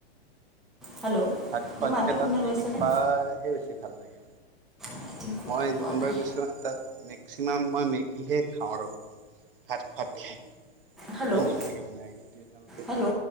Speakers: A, in the centre; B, on the right.
A: হেল্ল'?
B: ভাত খোৱাতকে
A: মোৰ মাতটো
B: তাত
A: শুনা
B: মেগী
A: গৈছেনে
B: খোৱাহে বেছি ভাল লাগে,
A: আই থিংক শুনা
B: মই
A: পোৱা
B: যিমান
A: নাই
B: বাৰ গৈছোঁ তোমাৰ তাত মেক্সিমাম মই মেগীহে খাওঁ আৰু ভাত খোৱাতকে।
A: হেল্ল'
B: ইমান ভাল লাগে বনাই দিয়ে তেওঁলোকে।
A: হেল্ল'